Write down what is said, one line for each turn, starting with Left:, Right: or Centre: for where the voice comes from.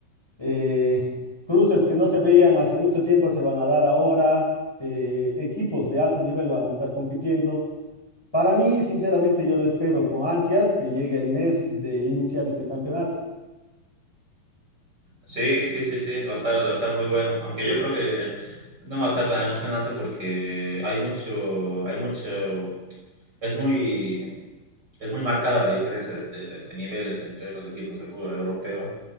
Centre: eh, cruces que no se veían hace mucho tiempo se van a dar ahora. eh, equipos de alto nivel van a estar compitiendo. Para mí, sinceramente, yo lo espero con ansias que llegue el mes de iniciar este campeonato.
Right: Sí, sí, sí, sí, va a estar, va a estar muy bueno, aunque yo creo que no va a estar tan emocionante porque hay mucho, hay mucho, es muy, es muy marcada la diferencia de, de- de- de niveles entre los equipos del fútbol europeo